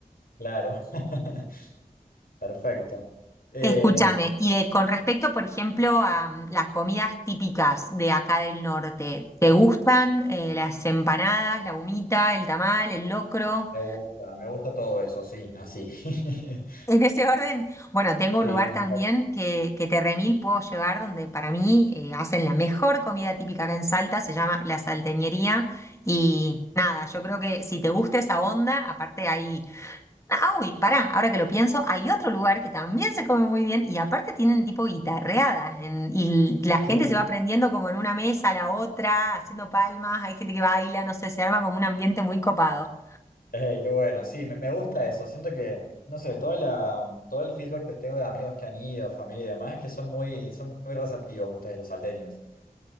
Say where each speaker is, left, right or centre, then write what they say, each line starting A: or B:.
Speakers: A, on the left; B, on the left.
A: Claro. <laughs> Perfecto. Eh,
B: Escúchame, y de, con respecto, por ejemplo, a mm, las comidas típicas de acá del norte, ¿te gustan eh, las empanadas, la humita, el tamal, el locro? <laughs>
A: me gusta, me gusta todo eso, sí, así. <laughs>
B: En ese orden, bueno, tengo un
A: Sí,
B: lugar
A: tal
B: también
A: cual.
B: que, que te remil puedo llevar donde para mí eh, hacen la mejor comida típica acá en Salta, se llama La Salteñería. Y nada, yo creo que si te gusta esa onda, aparte hay Ah, uy, pará, ahora que lo pienso, hay otro lugar que también se come muy bien y aparte tienen tipo guitarreadas en- y la gente
A: Uh,
B: se va prendiendo como en una mesa a la otra, haciendo palmas, hay gente que baila, no sé, se arma como un ambiente muy copado.
A: eh, qué bueno, sí, me, me gusta eso. Siento que, no sé, toda la, todo el feedback que tengo de amigos que han ido, familia y demás, es que son muy, son muy receptivos ustedes, los salteños.